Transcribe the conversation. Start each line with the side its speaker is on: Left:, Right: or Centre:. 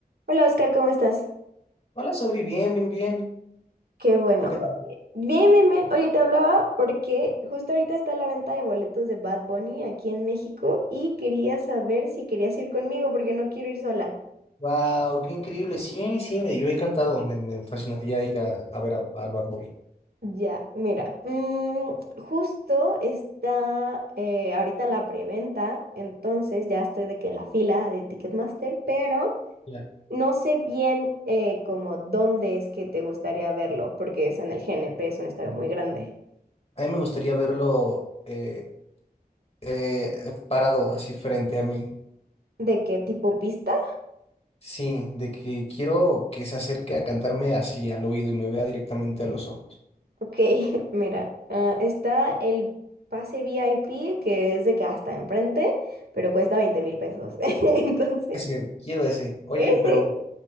Right: Hola Oscar, ¿cómo estás?
Left: Hola, Sobri, bien, bien, bien.
Right: Qué bueno.
Left: ¿Tú qué tal?
Right: Bien, bien, bien. Oye, te hablaba porque justo ahorita está la venta de boletos de Bad Bunny aquí en México y quería saber si querías ir conmigo porque no quiero ir sola.
Left: Wow, qué increíble. Sí, sí, me, yo he encantado. Me, me fascinaría ir a, a ver a, al Bad Bunny.
Right: Ya, mira, mm, justo está eh, ahorita la preventa, entonces ya estoy de que en la fila de Ticketmaster, pero
Left: Ya.
Right: no sé bien eh, como dónde es que te gustaría verlo porque es en el GNP, es un estadio muy grande.
Left: A mí me gustaría verlo eh, eh, parado así frente a mí.
Right: ¿De qué tipo pista?
Left: Sí, de que quiero que se acerque a cantarme así al oído y me vea directamente a los ojos.
Right: Ok, <laughs> mira, ah, está el pase VIP, que es de que hasta enfrente, pero cuesta veinte mil pesos. <laughs> Entonces,
Left: Ese, quiero ese. Oye,
Right: ese,
Left: pero,